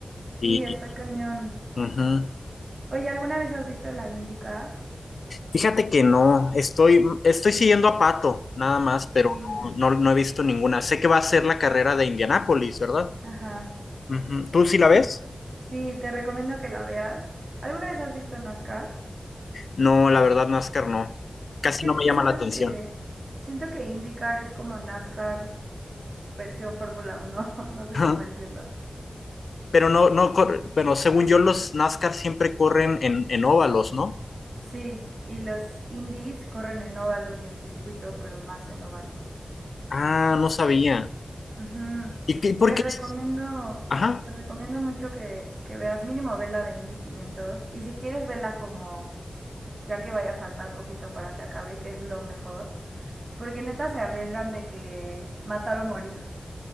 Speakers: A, on the left (about 80°); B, on the right (about 50°).
A: Y,
B: Sí, está cañón.
A: ujú.
B: Oye, ¿alguna vez has visto la IndyCar?
A: Fíjate que no, estoy, estoy siguiendo a Pato, nada más, pero
B: Sí.
A: no, no no he visto ninguna. Sé que va a ser la carrera de Indianápolis, ¿verdad?
B: Ajá.
A: Ujú. ¿Tú sí la ves?
B: Sí, sí, te recomiendo que la veas. ¿Alguna vez has visto NASCAR?
A: No, la verdad, NASCAR no.
B: Es
A: Casi
B: que
A: no me
B: siento
A: llama la atención.
B: que siento que IndyCar es como NASCAR versión Fórmula uno, <laughs> no sé
A: <laughs>
B: cómo decirlo.
A: Pero no, no, cor- pero según yo, los NASCAR siempre corren en, en óvalos, ¿no?
B: Sí, y los Indies corren en óvalos y en circuito, pero más en óvalos.
A: Ah, no sabía.
B: Ujú.
A: ¿Y qué, por
B: Te
A: qué?
B: recomiendo,
A: Ajá.
B: te recomiendo mucho que, que veas mínimo vela de Indy 500 y si quieres vela como ya que vaya a faltar poquito para que acabe, que es lo mejor, porque neta se arriesgan de que matar o morir.